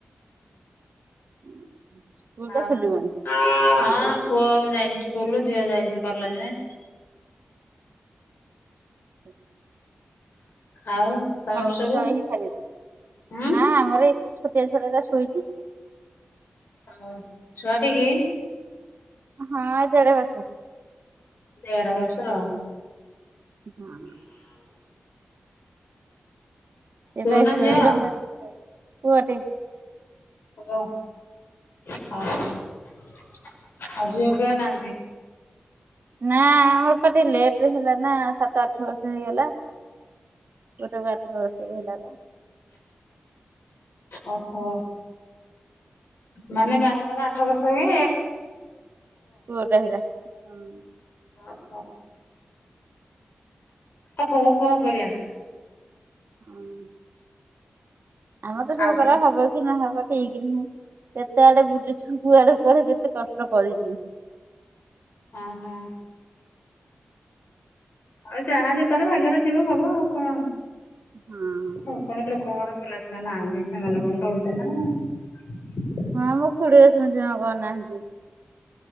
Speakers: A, on the right; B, on the left.
A: <unintelligible> ସ୍କୁଲ ତ
B: ଆଉ
A: ଖୋଲିବଣି
B: ହଁ। ହଁ ପୁଅ ଯାଇଛି ସ୍କୁଲ ଝିଅ ଯାଇଛି କଲେଜ୍।
A: <unintelligible>
B: ଆଉ ତମର
A: ସମସ୍ତେ
B: ସବୁ
A: ଜଣେ ହିଁ ଖାଇନି
B: ହୁଁ
A: ନା ଆମର ଏ ସେ ଛୋଟିଆ ଛୁଆ ଟା ଶୋଇଛି।
B: ହଁ ଛୁଆ ଟିକି
A: ହଁ ଏ ଦେଢ଼ ବର୍ଷ।
B: ଦେଢ଼ ବର୍ଷର।
A: ହଁ।
B: ପୁଅ
A: ଏବେ
B: ନା
A: ଶୋଇଲା
B: ଝିଅ
A: ମୁଁ ଆଇଲି ପୁଅ ଟେ।
B: କୁହ ଓ
A: ହଁ
B: ହୋ। ଆଜି ଆଉ କିଏ ନାହାନ୍ତି?
A: ନାଁ ଆମର ପା ଟିକେ ଲେଟ୍ ରେ ହେଲା ନା ସାତ ଆଠ ବର୍ଷ ହେଇଗଲା ଗୋଟେ ପୁଅ ଆଠ ବର୍ଷରେ ହେଲା ବା।
B: ଓ ହୋ। ମାନେ ବାହାଘର ଆଠ ବର୍ଷରେ
A: ପୁଅଟେ ହେଲା ହୁଁ।
B: ଓ ହୋ। ଓହୋ କଣ କରିବା?
A: ହଁ। ଆମର ତ ସବୁ
B: ଆଉ
A: କରା
B: କି
A: ହବ ହବ ଠିକ ନାହିଁ କେତେ ଆଡେ ବୁଲିଛୁ କୁଆଡେ କୁଆଡେ କେତେ କଷ୍ଟ କରିଚି
B: ହଁ ହଁ ଆଉ ଯାହା ଯେତେବେଳେ ଭାଗ୍ୟ ରେ ଥିବ ହବ ଆଉ କଣ?
A: ହଁ।
B: ଆଉ ପୁଣି ଲୋକଙ୍କର ପିଲା ଛୁଆ ନିହାନ୍ତି ସେମାନେ ଫୁଣି ରୋହୁଛନ୍ତି ନା ହିଁ।
A: ହଁ ମୁଁ ଖୁଡିରେ ସେମିତି ଜଣ କରିନାହାନ୍ତି।